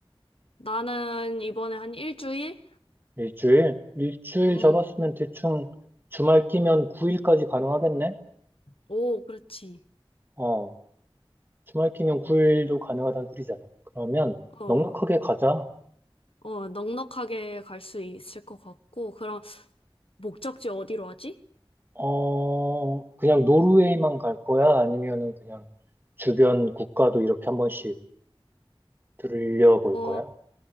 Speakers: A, on the left (about 75°); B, on the right (about 20°).
A: 나는 이번에 한 일주일?
B: 일주일? 일주일
A: 음,
B: 잡았으면 대충 주말 끼면 9일까지 가능하겠네?
A: 오, 그렇지.
B: 어, 주말 끼면 9일도 가능하다는 소리잖아. 그러면
A: 어,
B: 넉넉하게 가자.
A: 어, 넉넉하게 갈 수 있을 것 같고, 그럼 목적지 어디로 하지?
B: 어, 그냥 노르웨이만 갈 거야? 아니면은 그냥 주변 국가도 이렇게 한 번씩 들려볼
A: 어,
B: 거야?